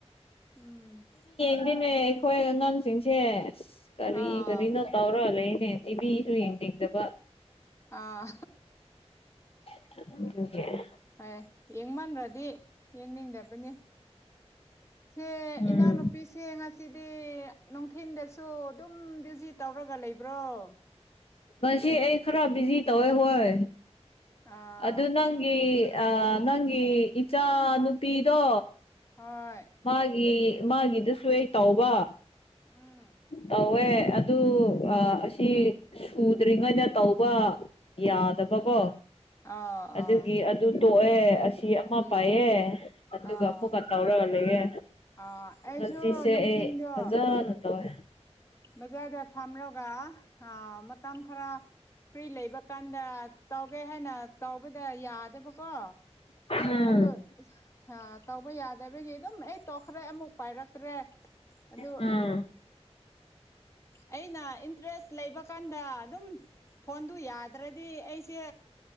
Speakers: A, on the left (about 25°); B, on the left (about 60°).
A: ꯎꯝ
B: ꯑꯗꯨꯅꯦ ꯑꯩꯈꯣꯏ ꯑꯉꯥꯡꯁꯤꯡꯁꯦ ꯑꯁ ꯀꯔꯤ
A: ꯑꯥ
B: ꯀꯔꯤꯅꯣ ꯇꯧꯔꯛꯂꯦ ꯏꯅꯦ ꯇꯤꯚꯤꯁꯨ ꯌꯦꯡꯅꯤꯡꯗꯕ
A: ꯑ
B: <unintelligible>
A: ꯍꯣꯏ ꯌꯦꯡꯃꯟꯔꯗꯤ ꯌꯦꯡꯅꯤꯡꯗꯕꯅꯤ ꯁꯦ
B: ꯎꯝ
A: ꯏꯅꯥꯎꯅꯨꯄꯤ ꯅꯨꯄꯤꯁꯦ ꯉꯁꯤꯗꯤ ꯅꯨꯡꯊꯤꯟꯗꯁꯨ ꯑꯗꯨꯝ ꯕꯤꯖꯤ ꯇꯧꯔꯒ ꯂꯩꯕ꯭ꯔꯣ
B: ꯉꯁꯤ ꯑꯩ ꯈꯔ ꯕꯤꯖꯤ ꯇꯧꯋꯦ ꯍꯣꯏ
A: ꯑꯥ
B: ꯑꯗꯨ ꯅꯪꯒꯤ ꯅꯪꯒꯤ ꯏꯆꯥ ꯅꯨꯨꯄꯤꯗꯣ
A: ꯍꯣꯏ
B: ꯃꯥꯒꯤ ꯃꯥꯒꯤꯗꯨꯁꯨ ꯑꯩ ꯇꯧꯕ
A: ꯎꯝ
B: ꯇꯧꯋꯦ ꯑꯗꯨ ꯑꯁꯤ ꯁꯨꯗ꯭ꯔꯤꯉꯩꯗ ꯇꯧꯕ ꯌꯥꯗꯕꯀꯣ
A: ꯑꯥ
B: ꯑꯗꯨꯒꯤ
A: ꯑꯥ
B: ꯑꯗꯨ ꯇꯣꯛꯑꯦ ꯑꯁꯤ ꯃ
A: ꯎꯝ
B: ꯄꯥꯏꯌꯦ ꯑꯗꯨꯒ
A: ꯑꯥ
B: ꯑꯃꯨꯛꯀ ꯇꯧꯔꯒ ꯂꯩꯌꯦ
A: ꯑꯥ ꯑꯩꯁꯨ
B: ꯉꯁꯤꯁꯦ
A: ꯅꯨꯡꯊꯤꯟꯗꯣ
B: ꯑꯩ ꯐꯖꯅ
A: ꯎꯝ
B: ꯇꯧꯋꯦ
A: ꯕꯖꯥꯔꯗ ꯐꯥꯝꯔꯒ ꯃꯇꯝ ꯈꯔ ꯐ꯭ꯔꯤ ꯂꯩꯕꯀꯥꯟꯗ ꯇꯧꯒꯦ ꯍꯥꯏꯅ ꯇꯧꯕꯗ ꯌꯥꯗꯕꯀꯣ
B: ꯎꯝ
A: ꯑꯗꯨ ꯑ ꯇꯧꯕ ꯌꯥꯗꯕꯒꯤ ꯑꯗꯨꯝ ꯑꯩ ꯇꯣꯛꯈ꯭ꯔꯦ ꯑꯃꯨꯛ ꯄꯥꯏꯔꯛꯇ꯭ꯔꯦ ꯑꯗꯨ
B: ꯎꯝ
A: ꯑꯩꯅ ꯏꯟꯇ꯭ꯔꯦꯁ ꯂꯩꯕ ꯀꯥꯟꯗ ꯑꯗꯨꯝ ꯐꯣꯟꯗꯨ ꯌꯥꯗ꯭ꯔꯗꯤ ꯑꯩꯁꯦ